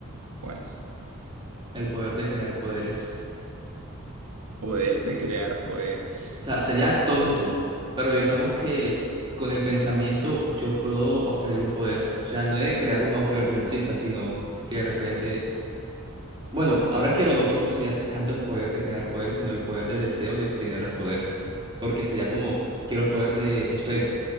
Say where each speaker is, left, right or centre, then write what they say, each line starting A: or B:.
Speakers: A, on the right; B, on the right.
A: ¿Cuáles?
B: El poder de crear poderes.
A: Poder de crear poderes.
B: O sea, sería tonto, pero digamos que con el pensamiento yo puedo obtener un poder. O sea, no de crear un nuevo poder que no exista, sino que de repente, bueno, ahora que lo noto, no sería tanto el poder de crear poderes, sino el poder del deseo de tener el poder. Porque sería como, quiero el poder de, no sé,